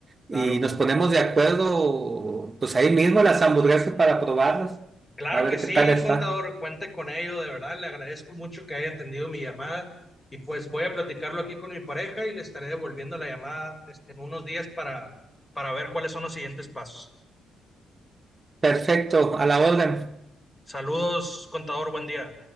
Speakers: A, on the left (about 20°); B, on the right (about 30°).
A: Claro.
B: y nos ponemos de acuerdo, pues ahí mismo las hamburguesas para probarlas,
A: Claro
B: a ver
A: que sí,
B: qué tal está.
A: contador, cuente con ello, de verdad, le agradezco mucho que haya atendido mi llamada y pues voy a platicarlo aquí con mi pareja y le estaré devolviendo la llamada este, en unos días para, para ver cuáles son los siguientes pasos.
B: Perfecto, a la orden.
A: Saludos, contador, buen día.